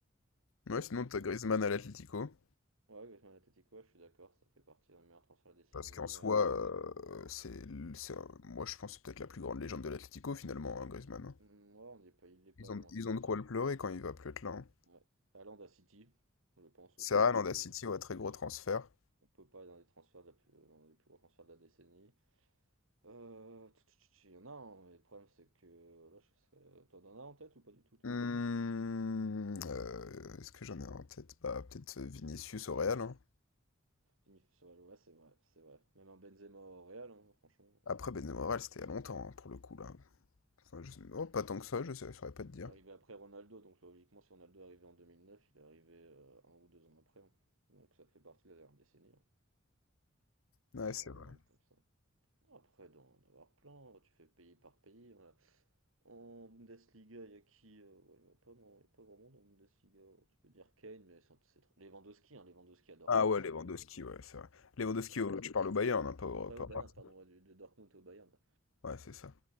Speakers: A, on the left (about 80°); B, on the right (about 85°).
A: Ouais, sinon,
B: Donc,
A: t'as
B: euh,
A: Griezmann
B: non.
A: à l'Atlético.
B: ouais, Griezmann Atletico, ouais, je suis d'accord, ça fait partie d'un meilleur transfert de la décennie.
A: Parce qu'en soi,
B: euh.
A: euh, c'est, c'est- moi je pense que c'est peut-être la plus grande légende de l'Atlético finalement, hein, Griezmann. hein.
B: Hmm, ouais, on n'est pas, il est pas
A: Ils ont,
B: loin,
A: ils
B: ça c'est
A: ont de quoi
B: sûr.
A: le pleurer quand il va plus être là. hein.
B: Ouais. Haaland à City, je pense
A: C'est
B: aussi
A: vrai,
B: qu'on
A: Landa
B: peut,
A: City, ouais, très gros transfert.
B: qu'on peut pas être dans les transferts de la plus, dans les plus gros transferts de la décennie. Euh, tch, tch, tch, il y en a un, mais le problème c'est que là, je serais... T'en as un en tête ou pas du tout, toi?
A: Hum, euh, est-ce que j'en ai un en tête? Bah, peut-être Vinicius au Real. hein.
B: Vinicius, Ouais, ouais, c'est vrai, c'est vrai. Même un Benzema au Real, hein, franchement.
A: Après, Benzema au Real, c'était il y a longtemps, hein, pour le coup, là. Enfin, je sais- oh, pas tant que ça, je sais, je saurais pas te
B: Il
A: dire.
B: est arrivé après Ronaldo, donc logiquement, si Ronaldo est arrivé en 2009, il est arrivé euh, un ou deux ans après. hein. Donc ça fait partie de la dernière décennie, hein,
A: Ouais,
B: si
A: c'est
B: on
A: vrai.
B: raisonne comme ça. Après, d'en avoir plein, hein, tu fais pays par pays. hein. En Bundesliga, il y a qui euh, ouais, il n'y en a pas, non, il y a pas vraiment dans la Bundesliga. hein. Tu peux dire Kane, mais c'est c'est trop. Lewandowski, hein, Lewandowski à Dortmund,
A: Ah ouais,
B: ça
A: Lewandowski,
B: fait.
A: ouais, c'est vrai. Lewandowski,
B: Lewandowski.
A: au- tu parles au Bayern, hein, pas au,
B: Pas
A: pas
B: au Bayern,
A: au Barça.
B: pardon, ouais, de de Dortmund au Bayern.
A: Ouais, c'est ça.